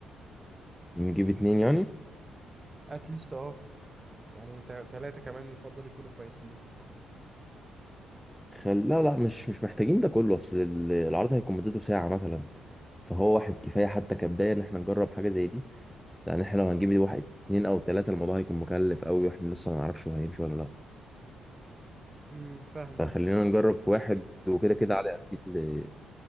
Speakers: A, in the centre; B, on the right.
A: نجيب اتنين يعني
B: اتليست اه يعني ثلاثة كمان يفضل يكونوا كويسين
A: خل... لا لا مش مش محتاجين ده كله أصل ال- العرض هيكون مدته ساعة مثلا فهو واحد كفاية حتى كبداية إن إحنا نجرب حاجة زي دي لأن إحنا لو هنجيب واحد اتنين أو تلاتة الموضوع هيكون مكلف أوي وإحنا لسه ما نعرفش هو هيمشي ولا لأ
B: امم فاهمك
A: فخلينا نجرب في واحد وكده كده علي قد ال-